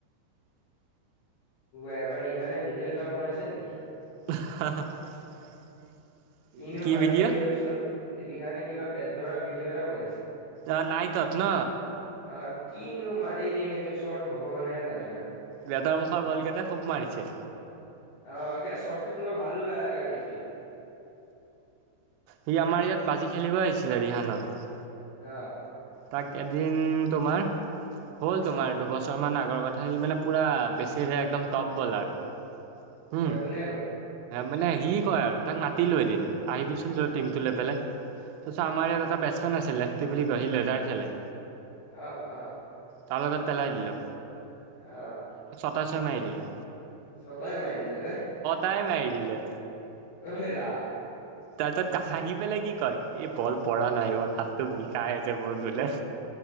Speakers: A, on the left (about 75°); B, on the right (about 80°).
A: এবাৰ দিহানে ভিডিঅ' এটাও বনাইছে নেকি
B: <unintelligible>
A: কিনো
B: কি
A: মাৰিলে
B: ভিডিঅ'
A: এইটো চত ৰিহানে কিবা বে ধৰা ভিডিঅ' এটা বনাইছিল
B: অ' নাইটত ন
A: আহ কিনো মাৰিলে সেইটো চত ভগৱানে জানে আৰু
B: বতৰ মুখৰ বল কেইটা খুব মাৰিছে
A: অ এ চটটো কিবা ভালো গা লগা দেখি
B: সি আমাৰ ইয়াত বাজি খেলিব আহিছিলে ৰিহানত
A: আহ
B: তাক এদিন তোমাৰ হ'ল
A: অ',
B: তোমাৰ দুবছৰ মান আগ কথা সি মানে পুৰা বেছি একদম টপ বলাৰ হুম
A: কোনে ক
B: মানে সি কয় আৰু তাক মাতি লৈ এদম আহিবিচোন
A: অ',
B: তই টিমটো লৈ পেলাই তাৰপিছ আম
A: অ',
B: ইয়াত এটা বেটছে আ লেফটি কয় সি লেডাৰ খেলে
A: আহ আহ
B: তাৰ লগত পেলাই দিলোঁ
A: আহ
B: তচ মাৰি দিলে
A: ছয়তাই মাৰি দিলে নে?
B: টাই মাৰি দিলে।
A: অ হেৰা।
B: তাৰ পিছত হাঁহি পেলাই কি কয়, এই বল পৰা নাই অ হাতটো বিষাই আছে বহুত বোলে।